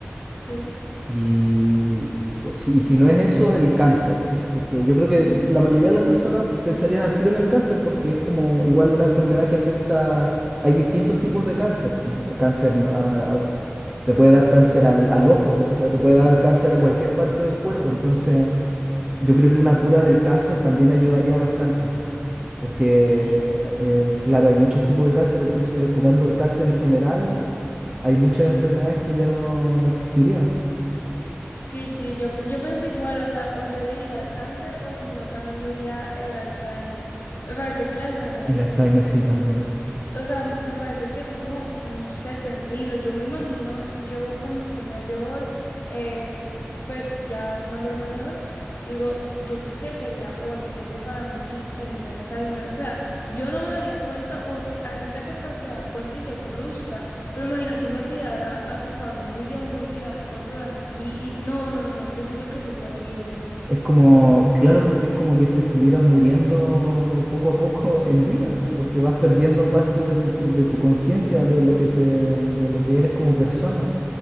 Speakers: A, on the left; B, on the right.
A: Sí.
B: Y o si, y si no es eso, el cáncer, porque yo creo que la mayoría de las personas pensarían al tiro en el cáncer, porque es como igual una enfermedad que afecta hay distintos tipos de cáncer, pues, cáncer, ¿no? te puede dar cáncer al, al ojo, <laughs> o sea, te puede dar cáncer a cualquier parte del cuerpo. Entonces, yo creo que una cura del cáncer también ayudaría bastante, porque,
A: Sí,
B: eh, claro, hay muchos tipos de cáncer, entonces curando el cáncer en general, hay muchas enfermedades que ya no, no existirían.
A: sí, sí, yo, yo pienso igual, o sea, o yo diría cáncer o si no, también diría el Alzheimer. Me parece que el Alzheimer
B: El
A: es
B: Alzheimer
A: una enfermedad.
B: sí también.
A: O sea, me parece que es como, no sé, terrible. Yo me imagino, yo cuando esté mayor, eh, pues ya mayor, mayor, yo digo, yo creo que sería horrible para mí tener Alzheimer. O sea, yo no me daría cuenta, o s- hay gente que hasta se da cuenta y se frustra, pero imagínate uno olvidar a, a su familia, uno olvidar cosas así. No, no, no, no, yo siento que eso es horrible.
B: Es como, claro, porque es como que te estuvieras muriendo poco a poco <laughs> en vida, porque vas perdiendo parte de tu, de tu conciencia, de lo que te, de lo que eres como persona,